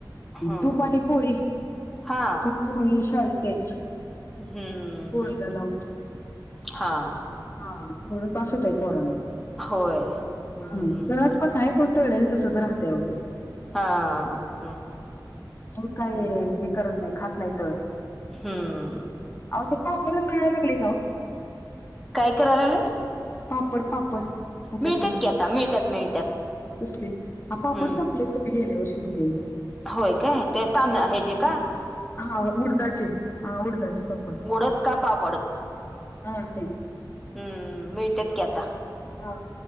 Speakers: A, in the centre; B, on the left (about 35°).
A: ह
B: तूप आणि पोळी,
A: हा
B: तूप पोळी शाळेत द्यायची.
A: हम्म
B: पोळीला
A: हम्म
B: लावून
A: हम्म
B: तूप
A: हां.
B: हा तेवढं बास होतंय पोरांना.
A: होय हम्म
B: हा तळण पण पण न्हाय कोण तळलेल तसच राहंतंय आओ ते,
A: हा हम्म
B: मग काय
A: हम्म
B: हे करत नाही, खात नाही तळण.
A: हम्म ह.
B: अहो ते पातळच मिळा लागले का ओ?
A: काय कराय लागले?
B: पापड पापड ह्याच्यातले,
A: मिळतात की आता मिळतात मिळतात
B: तसले हा पापड
A: हम्म
B: संपलेत. तुम्ही गेल्या वर्षी दिेलेली.
A: होय काय ते तांद हेजे
B: नाहीत
A: का?
B: हा उडदाचे, हा उडदाचे पापड.
A: उडद का पापड
B: हां ते.
A: हम्म मिळतेत की आता.
B: हां